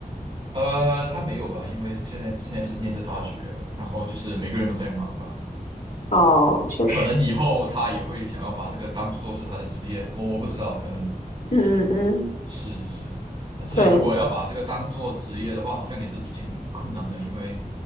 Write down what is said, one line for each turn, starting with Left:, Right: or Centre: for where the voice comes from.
Right: 呃，他没有吧，因为现在现在是念着大学，然后就是每个人都在忙吧。
Left: 哦，确实，
Right: 可能以后他也会想要把这个当做是他的职业，我我不知道，可能吧。
Left: 嗯嗯嗯，
Right: 是是是，但是如果要把这个当做职业的话，
Left: 对。
Right: 好像也是挺困难的，因为